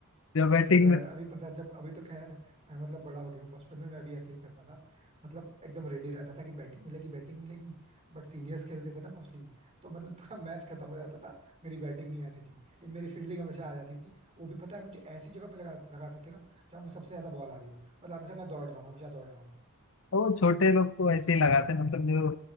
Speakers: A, on the left; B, on the right.
A: जब बैटिंग
B: ये तो है
A: में
B: अभी पता है, जब अभी तो खैर मैं मतलब बड़ा हो गया हूँ बचपन में मैं भी ऐसे ही करता था मतलब एकदम रेडी रहता था कि बैटिंग मिलेगी बैटिंग मिलेगी बट सीनियर्स खेलते थे ना मोस्टली तो मतलब पूरा मैच खत्म हो जाता था मेरी बैटिंग नहीं आती थी लेकिन मेरी फील्डिंग हमेशा आ जाती थी वो भी पता है मुझे ऐसी जगह पे लगा लगा देते थे ना जहाँ पे सबसे ज्यादा बॉल आ रही हो मतलब हमेशा मैं दौड़ रहा हूँ हमेशा दौड़ रहा हूँ
A: तो वो छोटे लोग तो ऐसे ही लगाते हैं मतलब जो